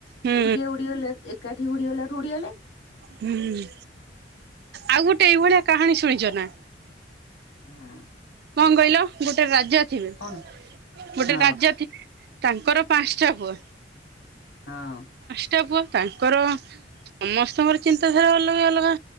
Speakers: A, on the right; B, on the left.
A: ହୁଁ
B: ଏକୁଟିଆ ଉଡିଗଲେ ଏକାଠି ଉଡିଗଲାଠୁ ଉଡ଼ିଗଲେ।
A: ହୁଁ ଆଉ ଗୋଟେ ଏଇ ଭଳିଆ କାହାଣୀ ଶୁଣିଚ ନା?
B: ହାଁ।
A: କଣ କହିଲ ଗୋଟେ ରାଜା ଥିବେ।
B: କଣ
A: ଗୋଟେ
B: ହଁ
A: ରାଜା ଥିଲେ ତାଙ୍କର ପାଁଶାଟା ପୁଅ।
B: ହଁ।
A: ଟା ପୁଅ ତାଙ୍କର ସମସ୍ତଙ୍କର ଚିନ୍ତାଧାରା ଅଲଗା ଅଲଗା।